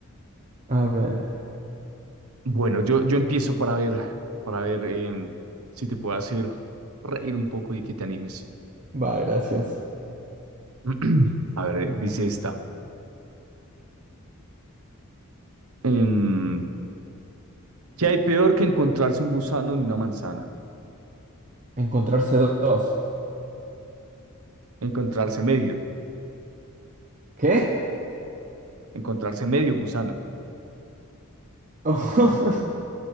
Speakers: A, on the right; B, on the right.
A: A ver.
B: Bueno, yo, yo empiezo para ver, para ver em, si te puedo hacer reír un poco y que te animes.
A: Va, gracias.
B: <clears throat> A ver, eh, dice esta. Em, ¿Qué hay peor que encontrarse un gusano en una manzana?
A: Encontrarse dos.
B: Encontrarse medio,
A: ¿Qué?
B: encontrarse medio gusano.
A: Oh,